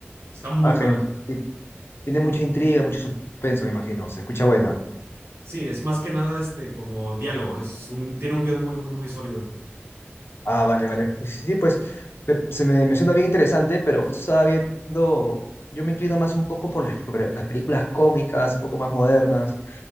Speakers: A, on the right; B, on the left.
A: Está muy
B: Ah,
A: buena.
B: genial. Sí, Tiene mucha intriga, mucho suspenso, me imagino. Se escucha buena.
A: Sí, es más que nada este, como diálogo. Es un, tiene un guión muy, muy, muy sólido.
B: Ah, vale, vale. Pues sí, sí, pues me- se me, me suena bien interesante, pero justo estaba viendo, yo me inclino más un poco por las, por las películas cómicas, un poco más modernas.